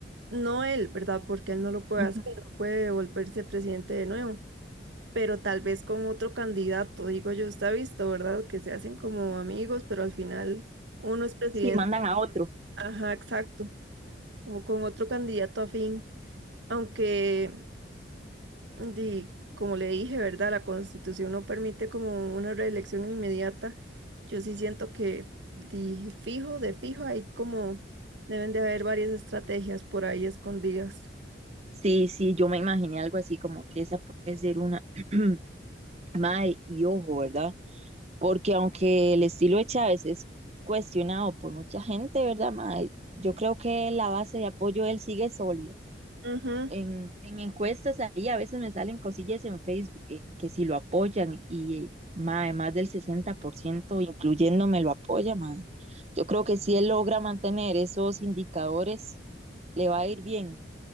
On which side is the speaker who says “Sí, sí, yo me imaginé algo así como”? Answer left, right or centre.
Right